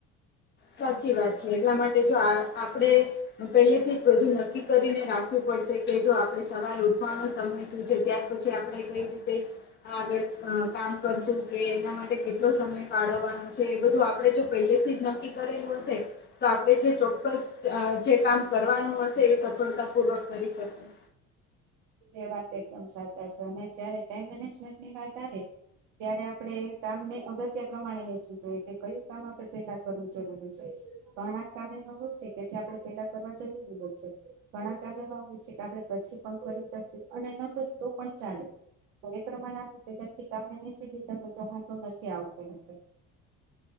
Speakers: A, on the left; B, on the right.
A: સાચી વાત છે. એટલા માટે જો આ આપણે‌ હ પહેલેથી જ બધું નક્કી કરીને રાખવું પડશે, કે જો આપણે સવારે ઉઠવાનો સમય <unintelligible> અને પછી આપણે કંઈ રીતે આગળ અહ કામ કરશું, કે એના માટે સમય ફાળવવાનો છે, એ બધું આપણે જો પહેલેથી જ નક્કી કરેલું હશે, તો આપણે જે ચોક્કસ અહ જે કામ કરવાનું હશે એ સફળતા પૂર્વક કરી શકીશું.
B: એ વાત એકદમ સાચા છે. અને જયારે ટાઈમ મેનેજમેન્ટ ની વાત આવે ત્યારે આપણે કામ ને અગત્ય પ્રમાણે વેચવું જોઈએ, કે કયું કામ આપણે પહેલા કરવું જરૂરી છે. પણ આ <unintelligible> છે કે જે આપણે પેલા કરવા જરૂરી હોય છે. ઘણા કામ એવા હોય છે કે આપણે પછી પણ કરી શકી, અને ન કરી તો પણ ચાલે. તો એ પ્રમાણે આપણે પહેલેથી કામ ને વહેંચી દીધા હોય તો વાંધો નથી આવતો હતો.